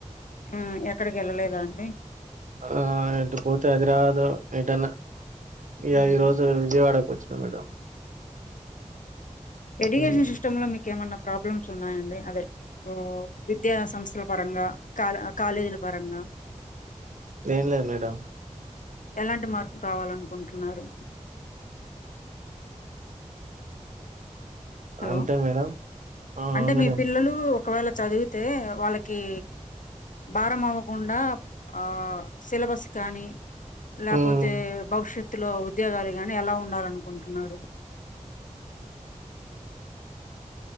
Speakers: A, on the left; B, on the right.
A: ఆ ఎ క్కడికి వెళ్ళలేదా అండి
B: ఆ ఏటు పోతే హైదరాబాదు ఏంటన్నా ఇగ
A: హ్మ్.
B: ఈ రోజు విజయవాడకు వచ్చ చ్చ మేడం
A: ఎడ్యుకేషన్
B: మ్మ్
A: సిస్టమ్ లో మీకు ఏమన్నా ప్రాబ్లమ్స్ సున్నాయండి అదే విద్యా సంస్థ పరంగా కాల్ కాాలేజిల పాారంగా
B: ఏం లేదు మేడం
A: ఎలాంటి మార్పు కావాలనుకుంటున్నారు హలో
B: అంతే మేడం ఆ
A: అంటే
B: మేడం
A: మీ పిల్లలు ఒకవేళ చదివితే వాళ్ళకి కి బారం అవ్వ కుండా ఆ సిలబస్ కానీ లేపోతే
B: మ్మ్
A: భవిష్యత్ తులో ఉద్యోగాలు గాని ఎలా ఉండాలనుకుంటున్నారు